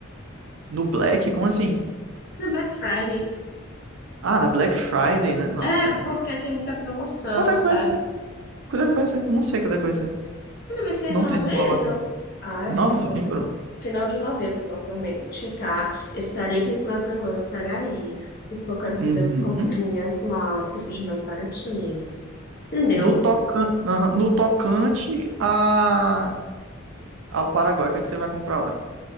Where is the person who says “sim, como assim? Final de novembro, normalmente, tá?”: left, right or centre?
Left